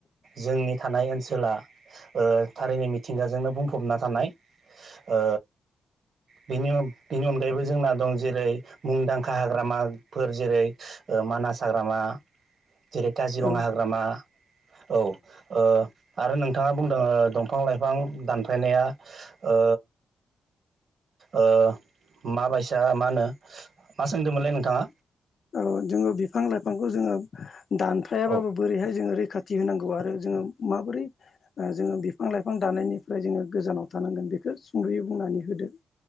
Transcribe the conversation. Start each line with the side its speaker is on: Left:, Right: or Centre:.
Right: जोंनि था थानाय ओनसोला ओ थारैनो मिथिंगाजोंनो बुंफबना थानाय ओ। बि बिनि अनगायैबो जोंना दं जेरै मुंदांखा हाग्रामाफोर जेरै मानास हाग्रामा जेरै काजिरङा
Left: औ
Right: हाग्रामा औ ओ। आरो नोंथाङा बुंदों दंफां लाइफां दानफायनाया ओ। ओ माबायसा मा होनो मा सोंदोंमोनलै नोंथाङा।
Left: औ जोङो बिफां लाइफांखौ जोङो दानफायाबाबो
Right: औ
Left: बोरैहाय जोङो रैखाथि फि होनोनांगौ आरो जोङो माबोरै जोङो बिफां लाइफां दानायनिफ्राय जोङो गोजानाव थानांगोन बेखौ सुंद'यै बुंनानै होदो